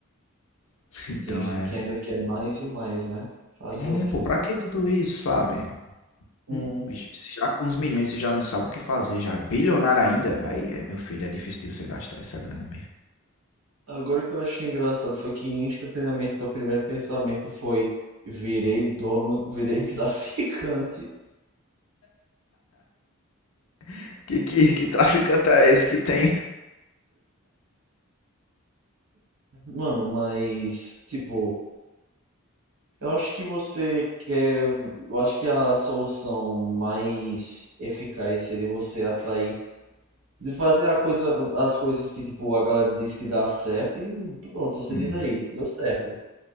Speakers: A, on the left; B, on the right.
A: <laughs> Então
B: E tem gente
A: é.
B: que ainda quer mais e mais, né? Fazer
A: É,
B: o quê?
A: pô, pra que tudo isso, sabe?
B: Uhum.
A: Hum, Já com uns milhões você já não sabe o que fazer, já. Bilionário ainda. Aí, é, meu filho, é difícil de você gastar essa grana mesmo.
B: Agora o que eu achei engraçado foi que instantaneamente o primeiro pensamento foi virei dono, virei <laughs> traficante.
A: <laughs> Que, que, que traficante é esse que tem?
B: Mano, mas tipo, eu acho que você quer, eu acho que a solução mais eficaz seria você atrair de fazer a coisa, as coisas que tipo a galera diz que dá certo e pronto, você
A: Hum.
B: diz aí, deu certo.